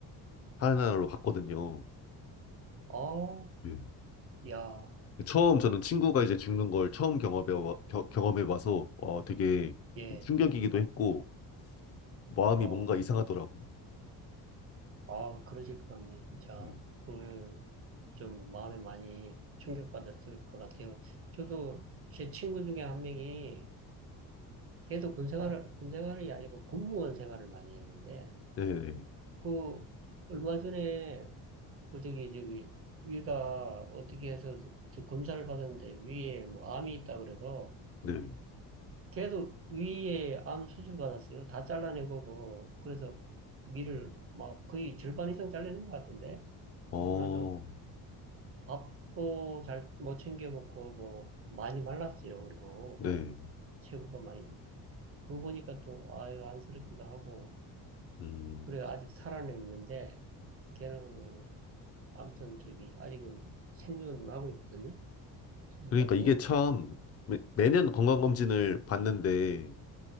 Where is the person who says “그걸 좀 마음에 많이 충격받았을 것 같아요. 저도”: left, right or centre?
Right